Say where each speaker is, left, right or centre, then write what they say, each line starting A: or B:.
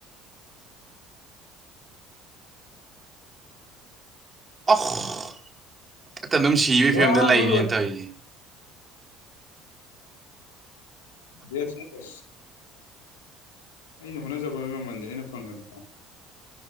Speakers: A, on the right; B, on the left.
A: ꯑꯣꯐ ꯍꯛꯇ ꯑꯗꯨꯝ ꯁꯤꯕꯒꯤ ꯐꯤꯕꯝꯗ
B: ꯋꯥꯕꯅ
A: ꯂꯩꯔꯦꯅ
B: ꯂꯣꯏꯔꯦ
A: ꯇꯧꯔꯤꯁꯦ
B: ꯁꯁ ꯑꯩꯅ ꯍꯣꯠꯅꯖꯕꯒꯤ ꯃꯃꯜꯗꯤ ꯑꯩꯅ ꯐꯪꯗꯅ